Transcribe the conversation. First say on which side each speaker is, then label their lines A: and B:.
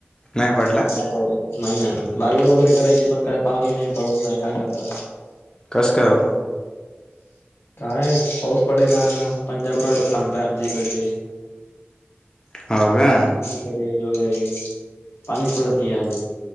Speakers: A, on the left; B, on the left.
A: नाही पडला.
B: अजून नाही ना लागवड वगैरे करायची पण काय पाणी नाही पाऊस नाही काय करताय.
A: कस काय ओ.
B: काय पाऊस पडे ना पंजाब रॉडॉक् सांगताय आमची इकडली
A: हाव का?
B: पडेल वगैरे पाणीच पडत नाही आज.